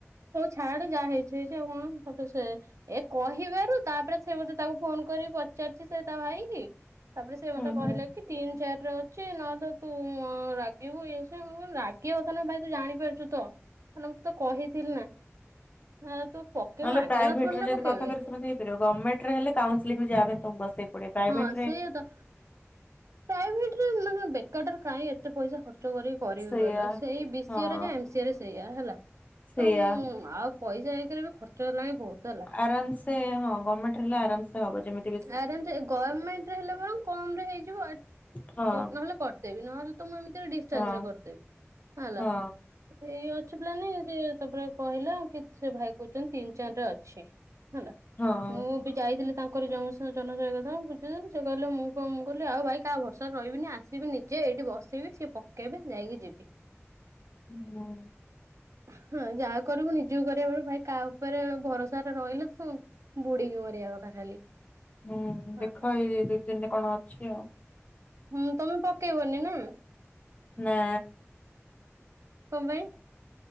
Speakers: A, on the right; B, on the left.
A: ଛାଡ଼େ ଯାହା ହେଇଚି ହେଇଚି କଣ ତାପରେ ସେ ଏ କହିବାରୁ ତାପରେ ସେ ବେ ତାକୁ ଫୋନ କରିକି ପଚାରିଛି ସେ ତା ଭାଇ କି ତାପରେ ସେ ମତେ
B: ହୁଁ
A: କହିଲେ
B: ହୁଁ
A: କି ତିନି ଚାରି ର ନହ ତ ତୁ ରାଗିବୁ ଇଏ ସିଏ ରାଗିବା କଥା ନ ଭାଇ ତୁ ଜାଣିପାରୁଛୁ ତ ମୁଁ ତେ ତ କହିଥିଲି ନା ନା ତୁ ପକେଇବୁ
B: ନହେ
A: ମାଗଣା
B: ପ୍ରାଇଭେଟରେ
A: ଥୋଡି ନା
B: ଯଦି
A: ପକେଇବେ
B: କଥା କରି ହେଇପାରିବ ଗଭର୍ଣ୍ମେଣ୍ଟରେ ହେଲେ କାଉସିଲ୍ ରେ ଯହାକୁ ବସେଇକୁ ପଡିବ ପ୍ରାଇଭେଟ୍
A: ସେ ତ ପ୍ରାଇଭେଟରେ ମାନେ ବେକାରରେ କାହିଁ ଏତେ ପଇସା ଖର୍ଚ୍ଚ କର କରିବି
B: ସେଇଆ
A: କହିଲ ସେଇ ବି ସରେ
B: ହଁ
A: ଏମସିରେ ସେଇଆ ହେଲା
B: ସେଇଆ
A: ତ ଆଉ ପଇସା ଆଗରେ ବି ଖର୍ଚ୍ଚ ହେଲାଣି ବହୁତ ହେଲା
B: ଆରାମସ ହଁ ଗମେଣ୍ଟ ହେଲେ ଆରାମସ ହବ ଯେମିତି
A: ଆରାମସେ ଗଭର୍ଣ୍ଣମେଣ୍ଟରେ ହେଲେ ବରଂ କମ ରେ ହେଇଯିବ
B: ହଁ
A: ନହେଲେ କରିଦେବି ନହେଲେ ତମଁ ଏମିତି ଡିନ୍ସରେ
B: ହଁ
A: କରିଦେବି ହେଲା
B: ହଁ
A: ଏଇ ଅଛି ପ୍ଲାନିଙ୍ଗ ସେ ତାପରେ କହିଲା କି ସେ ଭାଇ କହୁଛନ୍ତି ତିନି, ଚାରି ରେ ଅଛି। ହେଲା
B: ହଁ।
A: ମୁଁ ବି ଯାଇଥିଲି କରି ଜନ ଜନସେବା ବୁଝିଦେଲେ ସେ କହିଲେ ମୁଁ କ କହିଲି ଆଉ ଭାଇ କାହା ଭରସାରେ ରହିବିନି ଆସିବି ନିଜେ ସେଠି ବସିବି ସିଏ ପକେଇବେ ଯାଇକି ଯିବି।
B: ହୁଁ
A: ହଁ, ଯାହା କରିବୁ ନିଜକୁ କରିବାକୁ ପଡେ ଭାଇ କାହା ଉପରେ ଭରସା ଟା ରହିଲେ ତୁ ବୁଡ଼ି କି ମରିିବା କଥା ଖାଲି।
B: ହୁଁ
A: ହଁ
B: ଦେଖ ଏଇ ଦୁଇ ତିନିରେ କଣ ଅଛି ଆଉ?
A: ହୁଁ ତମେ ପକେଇବନି ନା,
B: ନା,
A: କମ୍ପାଇ